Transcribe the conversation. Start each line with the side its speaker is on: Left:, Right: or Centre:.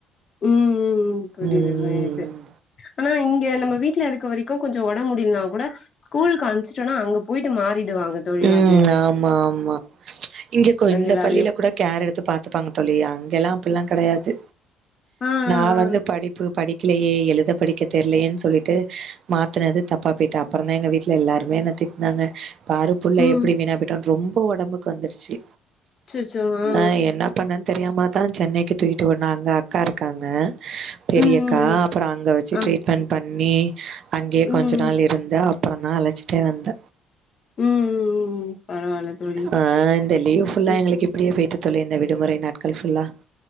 Left: ம் ம் ம் புரிது
Right: ம்
Left: புரிது
Right: ம்
Left: ஆனா இங்க நம்ம வீட்ல இருக்க வரைக்கு கொஞ்சோ ஒடம்பு முடிலனா கூட ஸ்கூலுக்கு அனுப்ச்ட்டோன்னா அங்க பொய்ட்டு மாறிடுவாங்க தோழி
Right: ம்
Left: அது
Right: ஆமா ஆமா இங்க கொ இந்த
Left: எல்லாரையு
Right: பள்ளில கூட கேர் எடுத்து பாத்துப்பாங்க தோழி அங்க எல்லா அப்டில்லா கெடையாது
Left: ஆ
Right: நா
Left: ஆ
Right: வந்து
Left: ஆ
Right: படிப்பு படிக்கலயே எழுத படிக்க தெர்லயேனு சொல்லிட்டு மாத்துனது தப்பா போய்ட்டு அப்புறோதா எங்க வீட்ல எல்லாருமே என்ன திட்னாங்க பாரு புள்ள
Left: ம்
Right: எப்டி வீணா போய்ட்டான்னு ரொம்ப ஒடம்புக்கு வந்துருச்சு
Left: அச்சச்சோ ஆ
Right: அ என்ன பண்ணனு தெரியாம தா சென்னைக்கு தூக்கிட்டு ஓடுனாங்க அக்கா இருக்காங்க பெரியக்கா
Left: ஆ ஆ ம் ம் ம்
Right: அப்புறோ அங்க வெச்சு
Left: ஆ
Right: ட்ரீட்மெண்ட் பண்ணி அங்கயே
Left: ம் ம்
Right: கொஞ்ச நாள்
Left: ம்
Right: இருந்து அப்பறந்தா அழைச்சுட்டே வந்த
Left: ம் ம் ம் ம் பரவால்ல தோழி
Right: ஆ இந்த லீவ் ஃபுல்லா
Left: ம்
Right: எங்களுக்கு இப்டியே போய்ட்டு தோழி இந்த விடுமுறை நாட்கள் ஃபுல்லா